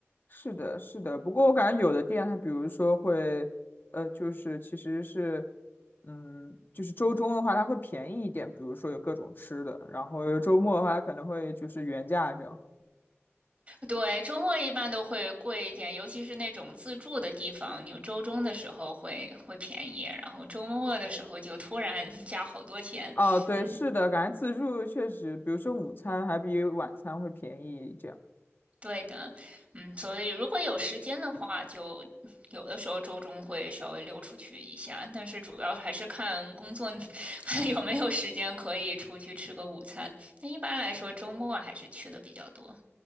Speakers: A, on the left; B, on the right.
A: 是的，是的。不过我感觉有的店它比如说会，呃，就是其实是，嗯，就是周中的话它会便宜一点，比如说有各种吃的，然后周末的话它可能会就是原价这样。
B: 对，周末一般都会贵一点，尤其是那种自助的地方，有周中的时候会会便宜，然后周末的时候就突然 <laughs> 加好多钱。
A: 哦，对，
B: 嗯，
A: 是的，感觉自助确实，比如说午餐还比晚餐会便宜这样。
B: 对的，嗯，所以如果有时间的话，就有的时候周中会稍微溜出去一下，但是主要还是看工作 <laughs> 看有没有时间可以出去吃个午餐。那一般来说，周末还是去的比较多。